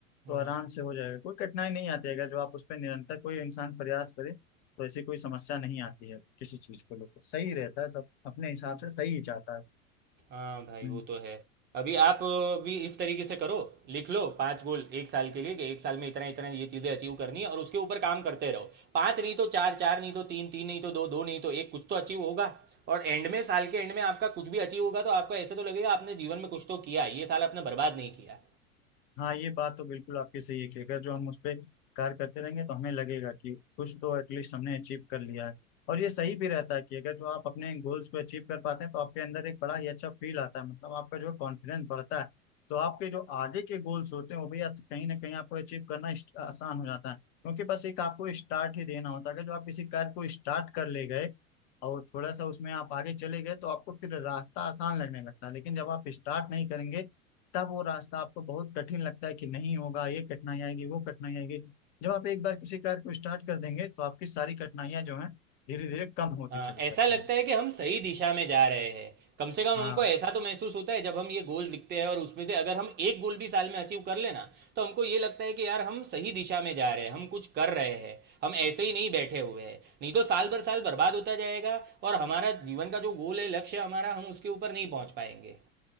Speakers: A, on the right; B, on the left.
A: हम्म,
B: तो आराम से हो जाएगा कोई कठिनाई नहीं आती है। अगर जो आप उस पर निरंतर कोई इंसान प्रयास करे तो ऐसी कोई समस्या नहीं आती है किसी चीज को लेकर सही रहता है सब अपने हिसाब
A: हम्म।
B: से सही ही जाता है
A: हाँ भाई
B: हम्म।
A: वो तो है अभी आप अ, भी इस तरीके से करो लिख लो पांच गोल एक साल के लिए कि एक साल में इतना इतना ये चीज़ें अचीव करनी है और उसके ऊपर काम करते रहो पांच नहीं तो चार चार नहीं तो तीन तीन नहीं तो दो दो नहीं तो एक कुछ तो अचीव होगा और एंड में साल के एंड में आपका कुछ भी अचीव होगा तो आपका ऐसे तो लगेगा आपने जीवन में कुछ तो किया ये साल आपने बर्बाद नहीं किया
B: हाँ ये बात तो बिल्कुल आपकी सही है कि अगर जो हम उस पर कार्य करते रहेंगे तो हमें लगेगा कि कुछ तो एटलीस्ट हमने अचीव कर लिया है और ये सही भी रहता है कि अगर जो आप अपने गोल्स को अचीव कर पाते हैं तो आपके अंदर एक बड़ा ही अच्छा फील आता है मतलब आपका जो कॉन्फिडेंस बढ़ता है तो आपके जो आगे के गोल्स होते हैं वो भी आस- कहीं ना कहीं आपको अचीव करना इस- आसान हो जाता है क्योंकि बस एक आपको स्टार्ट ही देना होता है अगर जो आप किसी कार्य को स्टार्ट कर ले गए और थोड़ा सा उसमें आप आगे चले गए तो आपको फिर रास्ता आसान लगने लगता है लेकिन जब आप स्टार्ट नहीं करेंगे तब वो रास्ता आपको बहुत कठिन लगता है कि नहीं होगा ये कठिनाई आएगी वो कठिनाई आएगी जब आप एक बार किसी कार्य को स्टार्ट कर देंगे तो आपकी सारी कठिनाइयां जो हैं धीरे धीरे कम होती
A: हाँ
B: चली
A: ऐसा
B: जाती
A: लगता
B: हैं
A: है कि हम सही दिशा में जा रहे हैं कम से कम
B: हाँ
A: हमको ऐसा तो महसूस होता है जब हम ये गोल लिखते हैं और उसमें से अगर हम एक गोल भी साल में अचीव कर लेना तो हमको ये लगता है कि यार हम सही दिशा में जा रहे हैं हम कुछ कर रहे हैं हम ऐसे ही नहीं बैठे हुए हैं नहीं तो साल भर साल बर्बाद होता जाएगा और हमारा जीवन का जो गोल है लक्ष्य हमारा हम उसके ऊपर नहीं पहुंच पाएंगे